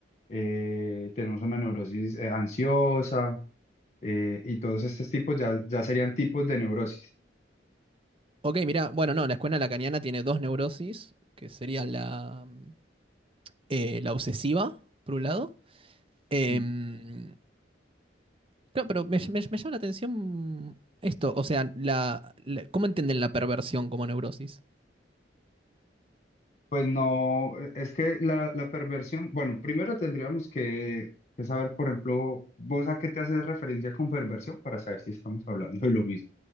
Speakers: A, on the left; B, on the right.
A: eh, tenemos una neurosis eh, ansiosa, eh, y todos estos tipos ya, ya serían tipos de neurosis.
B: Ok, mira, bueno, no, la escuela lacaniana tiene dos neurosis, que sería la, mm, eh, la obsesiva, por un lado. Em,
A: Sí.
B: claro, pero me, me- me llama la atención esto, o sea, la, la- ¿cómo entienden la perversión como neurosis?
A: Pues no, eh, es que la, la perversión, bueno, primero tendríamos que, que saber, por ejemplo, vos a qué te haces referencia con perversión para saber si estamos hablando de lo mismo.